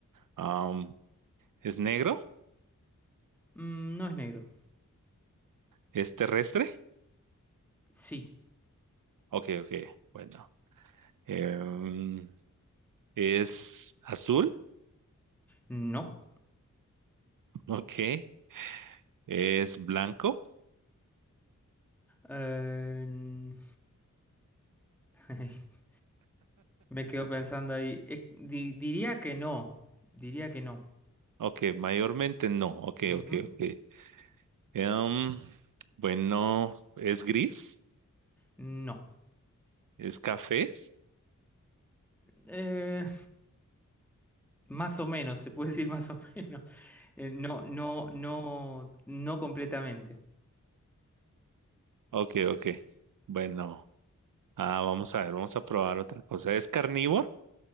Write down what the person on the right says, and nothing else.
Am, ¿es negro?
¿Es terrestre?
Ok, ok. Bueno. Em, ¿es azul?
Ok. ¿Es blanco?
Ok, mayormente no. Ok,
ok, ok. Em, bueno, ¿es gris?
¿Es café?
Ok, ok. Bueno, ah, vamos a ver, vamos a probar otra cosa. ¿Es carnívoro?